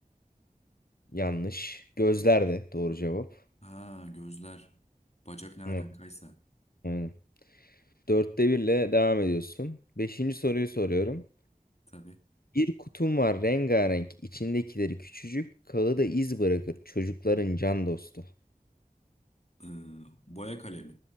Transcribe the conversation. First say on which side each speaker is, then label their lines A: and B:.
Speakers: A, on the left (about 90°); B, on the left (about 45°).
A: Yanlış. Gözler de doğru cevap.
B: Ha gözler. Bacak ne alakaysa.
A: Hı, Aynen. Dörtte birle devam ediyorsun. Beşinci soruyu soruyorum.
B: Tabii.
A: Bir kutum var rengarenk. İçindekileri küçücük. Kağıda iz bırakır. Çocukların can dostu.
B: Ee, boya kalemi.